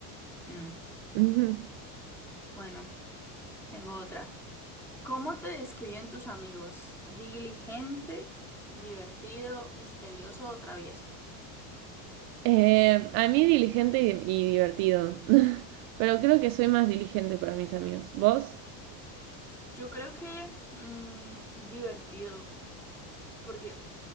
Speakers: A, in the centre; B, on the right.
A: Mm,
B: Ujú.
A: bueno, tengo otra. ¿Cómo te describen tus amigos? ¿Diligente, divertido, misterioso o travieso?
B: Eh, a mí diligente y, y divertido. <laughs> Pero creo que soy más diligente para mis amigos. ¿Vos?
A: Yo creo que mm, divertido. Porque,